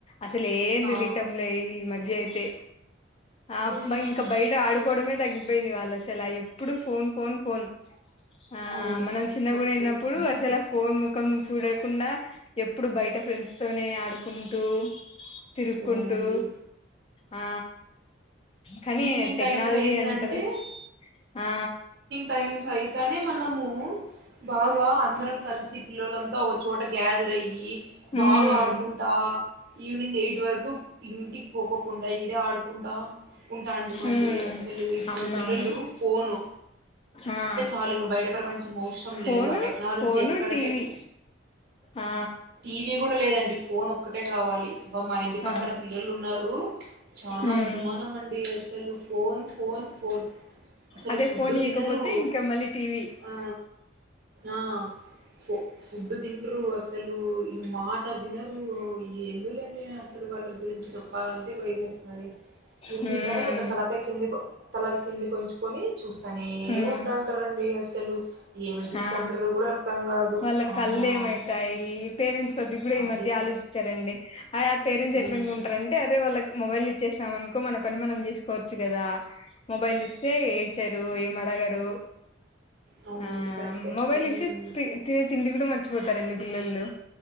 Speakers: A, on the left (about 30°); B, on the right (about 55°).
A: అసలు ఏం
B: ఆ
A: తెలియటం లే ఈ మధ్య అయితే ఆబ్బ
B: అవునండి.
A: ఇంకా బయట ఆడుకోవడమే తగ్గిపోయింది వాళ్ళు అసలు ఎప్పుడు ఫోన్ ఫోన్ ఫోన్ ఆ
B: అవును
A: మనం చిన్న
B: కరెక్టే
A: గుడి విన్నప్పుడు
B: హ్మ్.
A: అసెల ఫోన్ ముఖం చూడకుండా ఎప్పుడు బయట ఫ్రెండ్స్ తోనే ఆడుకుంటూ తిరుకుంటు
B: అవునండి
A: ఆ కానీ
B: ఈవినింగ్
A: టెక్నాలజీ
B: టైమ్స్ అయిందంటే
A: అంటర్ ఆ
B: టైమ్స్ అయితేనే మనము బాగా అందరం కలిసి పిల్లలంతా ఒకచోట గ్యాదర్ అయ్యి బాగా
A: ఉమ్
B: ఆడుకుంటా ఈవినింగ్ ఎయిట్ ఉఇంటికి పోకోకుండా ఈడే ఆడుకుంటా కుంటా అంటడి మండి
A: ఉమ్
B: అసలు ఇప్పుడు
A: అవునవును
B: పిల్లలు ఫోను
A: ఆ
B: వాలుయిక బయట ప్రపంచం మోస్ట్ మొత్తం
A: ఫోను
B: లేదు ఆ టెక్నాలజీ
A: ఫోను
B: ఎక్కడ
A: టీవీ
B: టె
A: ఆ
B: ఇ కూడా లేదండి ఫోన్ ఒక్కటే కావాలి మా ఇంటి పక్కన
A: ఆ
B: పిల్లలు ఉన్నారు చానా
A: ఉమ్
B: అద్మానం అండి అసలు ఫోన్ ఫోన్ ఫోన్ అసలు
A: అదే
B: ఫుడ్
A: ఫోన్ ఇయకపోతే
B: దినరు
A: ఇంకా మళ్ళీ టీవీ
B: ఆ ఆ ఫు ఫుడ్ తినరు అసలు ఇ మాట వినరు ఎందు లేండి అసలు వాళ్ళ గురించి చెప్పాలంటే భయ వేస్తుంది ఎన్ని
A: హ్మ్
B: టైమ్ ఇలా తలక కింది తలది కిందికి ఉంచుకొని చూస్తానే
A: హ్మ్
B: ఉంటాంటారండి అసలు ఏమి చూస్తంటారు
A: ఆ
B: కూడా అర్థం కాదు
A: వాళ్ళ
B: ఆ
A: కళ్ళు ఏమైతాయి పేరెంట్స్ కొద్ది కూడా ఈ
B: అదే
A: మధ్య
B: కదా.
A: ఆలోచించారండి ఆ పేరెంట్స్
B: అవునండి
A: ఎట్ల అనుకుంటారంటే అదే వాళ్ళకి మొబైల్ ఇచ్చేసినాం అనుకో మన పని మనం చేసుకోవచ్చు కదా మొబైల్ ఇస్తే ఏచారు ఏం అడగరు
B: అవునండి
A: ఆ
B: కరెక్టే
A: మొబైల్
B: హ్మ్.
A: ఇసి త తిండి కూడా మర్చిపోతారు రెండు పిల్లలు